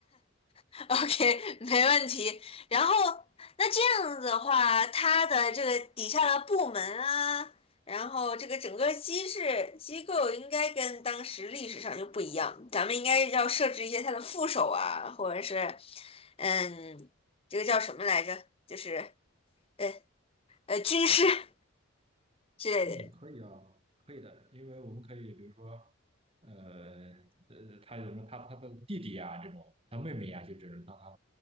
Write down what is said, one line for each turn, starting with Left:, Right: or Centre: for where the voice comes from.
Left: <laughs> OK，没问题。然后，那这样子的话，他的这个底下的部门啊，然后这个整个机制机构应该跟当时历史上就不一样，咱们应该要设置一些他的副手啊，或者是，嗯，这个叫什么来着？就是呃呃军师 <laughs> 之类的人。
Right: 嗯，可以啊，可以的，因为我们可以比如说，呃呃，他有什么他他的弟弟啊这种，他妹妹呀，就只能当他